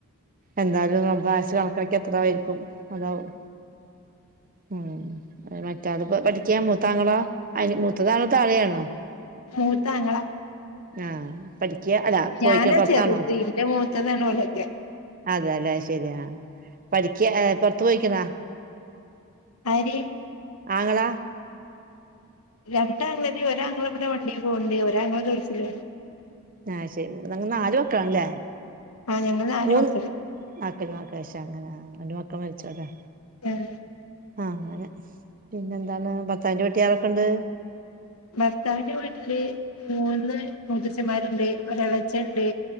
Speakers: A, on the right (about 40°); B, on the left (about 75°).
A: എന്തായാലും അള്ളാ ആയുസ് കണക്കാക്കിയതത്രയിക്കും അതാവും ഉം മറ്റാളിപ്പോപഠിക്കാ, മൂത്തയാങ്ങള അതിന്‌ മുത്തതാണോ താഴെയാണോ.
B: മൂത്താങ്ങള
A: ആഹ് പഠിക്കാ അല്ലാ പോയിരിക്ക
B: ഞാനാ
A: പുറത്താണോ
B: ചെറുത് ഇന്റെ മൂത്തതാണ് ഓലൊക്കെ
A: അതെയല്ലെ ശരിയാ പഠിക്കാ പുറത്തുപോയിരിക്കുന്നോ
B: ആര്
A: ആങ്ങളാ
B: രണ്ടാങ്ങളാര് ഒരാങ്ങള ഇവിടെ വണ്ടിൽ പോകണ്ട് ഒരാങ്ങള ഗൾഫിലും
A: ആ ശരി ഇങ്ങ നാല് മക്കളാല്ലേ?
B: ആ ഞങ്ങൾ നാല്
A: മൂന്ന്
B: മക്കള്
A: മക്കല് മക്ക വിശ അങ്ങനെ ഒരു മക്കെ മരിച്ചോ ലേ
B: <unintelligible>
A: ആഹ് അങ്ങനെ പിന്നെ എന്താണ് ഭത്താവിന്റെ വീട്ടിൽ ആാരൊക്കെ ഉണ്ട്?
B: ഭർത്താവിന്റെ വീട്ടില് മൂന്ന് മുത്ത ച്ചമാരുണ്ട് ഒരളച്ചൻണ്ട്